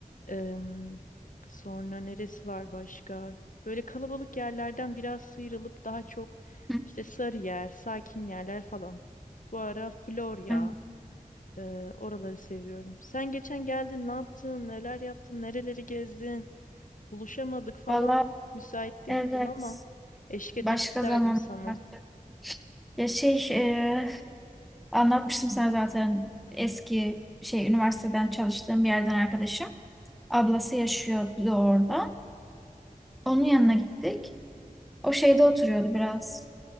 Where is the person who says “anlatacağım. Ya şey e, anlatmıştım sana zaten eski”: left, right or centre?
Centre